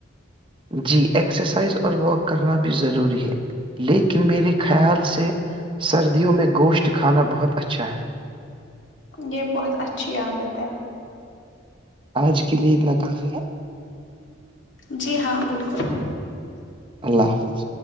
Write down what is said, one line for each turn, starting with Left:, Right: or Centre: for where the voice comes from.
Right: جی ایکسرسائز اور واک کرنا بھی ضروری ہے لیکن میرے خیال سے سردیوں میں گوشت کھانا بہت اچھا ہے
Left: یہ بہت اچھی عادت ہے
Right: آج کے لیے اتنا کافی ہے
Left: جی ہاں بالکل
Right: اللہ حافظ